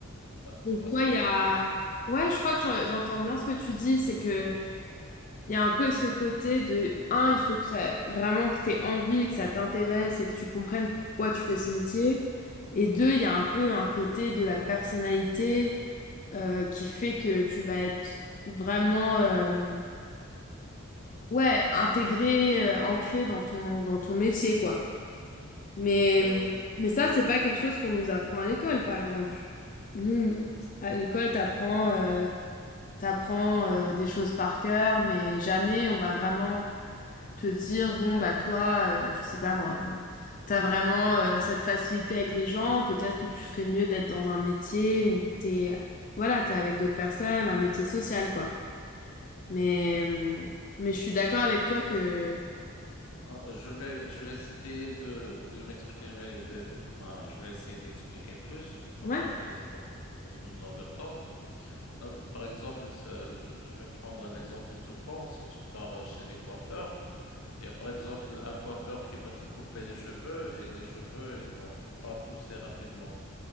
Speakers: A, on the left; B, on the left.
A: Donc,
B: Tu vois
A: toi,
B: ce que
A: il
B: je
A: y a...
B: veux dire?
A: Ouais, je crois que j'en- j'entends bien ce que tu dis, c'est que... Il y a un peu ce côté de, un, il faut que ça, vraiment que t'aies envie, que ça t'intéresse et que tu comprennes pourquoi tu fais ce métier. Et deux, il y a un peu un côté de la personnalité euh, qui fait que tu vas être vraiment, euh, ouais, intégré, euh, ancré dans ton, dans ton métier, quoi. Mais,
B: Euh,
A: mais ça, c'est pas quelque chose qu'on nous apprend à l'école, par exemple. Nous,
B: euh,
A: à l'école, t'apprends, euh, t'apprends euh, des choses par cœur, mais jamais on va vraiment te dire, bon, bah toi, euh, je sais pas moi, t'as vraiment euh, cette facilité avec les gens, peut-être que tu ferais mieux d'être dans un métier où t'es, voilà, t'es avec d'autres personnes, un métier social, quoi. Mais, euh, mais je suis d'accord avec toi que...
B: Ah, Je vais, je vais essayer de, de m'exprimer, de- enfin, je vais essayer d'expliquer plus, comme
A: Ouais,
B: ça peut-être qu'on est dans la même longueur d'onde. Non, mais Par exemple, ce- je vais prendre un exemple tout con. Si tu pars chez les coiffeurs, il y a par exemple un coiffeur qui va te couper les cheveux et les cheveux, ils vont pas pousser rapidement.